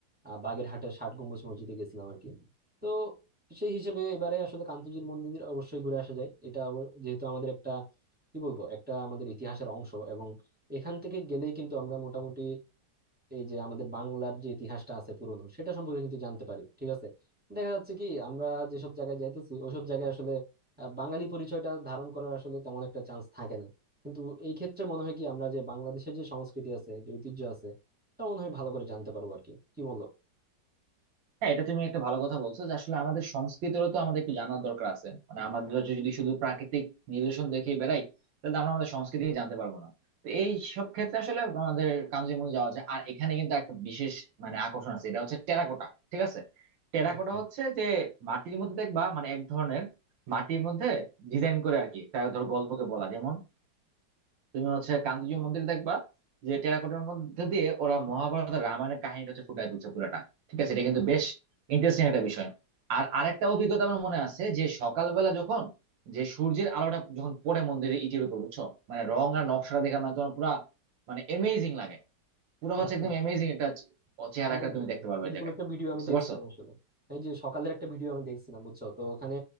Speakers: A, in the centre; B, on the right.
A: আহ, বাগেরহাটের ষাট গম্বুজ মসজিদে গেছিলাম আর কি তো সেই হিসেবে এবারে আসলে কান্তজির মন্দির অবশ্যই ঘুরে আসা যায় এটা অব- যেহেতু আমাদের একটা কি বলবো একটা আমাদের ইতিহাসের অংশ এবং এখান থেকে গেলেই কিন্তু আমরা মোটামুটি এই যে আমাদের বাংলার যে ইতিহাসটা আছে পুরনো সেটা সম্পর্কে কিন্তু জানতে পারি ঠিক আছে দেখা যাচ্ছে কি আমরা যেসব জায়গায় যাইতেছি ওসব জায়গায় আসলে আহ, বাঙালি পরিচয়টা ধারণ করার আসলে তেমন একটা চান্স থাকে না কিন্তু এই ক্ষেত্রে মনে হয় কি আমরা যে বাংলাদেশের যে সংস্কৃতি আছে যে ঐতিহ্য আছে তা মনে হয় ভালো করে জানতে পারবো আর কি কি বলো
B: হ্যাঁ এটা তুমি একটা ভালো কথা বলছো যে আসলে আমাদের সংস্কৃতিরও তো আমাদের একটু জানার দরকার আছে মানে আমাদের যে যদি শুধু প্রাকৃতিক নিদর্শন দেখে বেড়াই তাহলে তো আমরা আমাদের সংস্কৃতিকে জানতে পারবো না তো এই সব ক্ষেত্রে আসলে আমাদের কাঞ্চনজঙ্ঘা যাওয়া যায় আর এখানে কিন্তু একটা বিশেষ মানে আকর্ষণ আছে এটা হচ্ছে টেরাকোটা ঠিক আছে টেরাকোটা
A: আচ্ছা
B: হচ্ছে যে মাটির মধ্যে দেখবা মানে এক ধরনের মাটির মধ্যে ডিজাইন করে আর কি তার ধর গল্পকে বলা যেমন তুমি হচ্ছে কান্দুজি মন্দির দেখবা যে টেরাকোটার মধ্যে দিয়ে ওরা মহাভারত আর রামায়ণের কাহিনীটা হচ্ছে ফুটায় তুলছে পুরাটা ঠিক আছে এটা কিন্তু বেশ ইন্টারেস্টিং একটা বিষয় আর আরেকটা অভিজ্ঞতা আমার মনে আছে যে সকালবেলা যখন যে সূর্যের আলোটা যখন পড়ে মন্দিরের ইটের উপর বুঝছো মানে রং আর নকশাটা দেখা মানে তোমার পুরা মানে এমেজিং লাগে পুরো হচ্ছে
A: আচ্ছা
B: একদম
A: আচ্ছা।
B: এমেজিং একটা চে- চেহারা
A: হ্যাঁ হ্যাঁ
B: একটা তুমি
A: হ্যাঁ।
B: দেখতে পারবে
A: এরকম
B: ওই জায়গায়
A: একটা ভিডিও
B: বুঝতে
A: আমি দেখছিলাম
B: পারছো
A: আসলে এই যে সকালের একটা ভিডিও আমি দেখছিলাম বুঝছো তো ওখানে